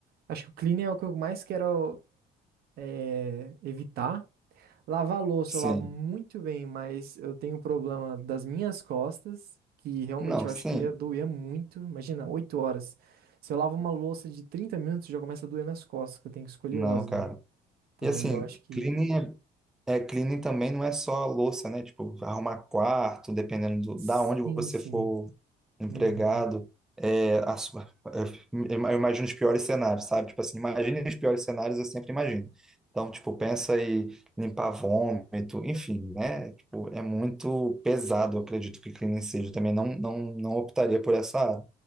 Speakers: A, on the right; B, in the centre.
A: Acho que o cleaning é o que eu mais quero é, evitar. Lavar louça
B: Sim.
A: eu lavo muito bem, mas eu tenho um problema das minhas costas, que realmente
B: Não,
A: eu
B: sim.
A: acho que ia doer muito. Imagina, 8 horas. Se eu lavo uma louça de 30 minutos, já começa a doer minhas costas, que eu tenho escoliose,
B: Não, cara.
A: né? Então
B: E assim,
A: aí eu acho que
B: cleaning é É, cleaning também não é só louça, né? Tipo, arrumar quarto, dependendo
A: Sim,
B: do, da onde você
A: sim.
B: for empregado.
A: Uhum.
B: É, a su- é, eu imagino os piores cenários, sabe? Tipo assim, imagine os piores cenários, eu sempre imagino. Então, tipo, pensa em limpar vômito, enfim, né? Tipo, é muito pesado, eu acredito que cleaning seja. Eu também não, não, não optaria por essa área.